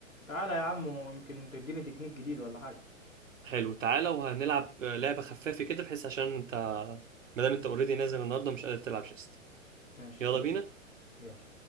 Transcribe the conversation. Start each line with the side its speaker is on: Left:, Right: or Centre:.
Left: تعالى يا عم ويمكن تديني تكنيك جديد ولا حاجه
Right: حلو تعالى وهنلعب لعبة خفافة كده بحيث عشان انت مادام انت اوريدي نازل النهارده مش قادر تلعب شيست
Left: ماشي
Right: يلا
Left: يلا
Right: بينا
Left: بينا يلا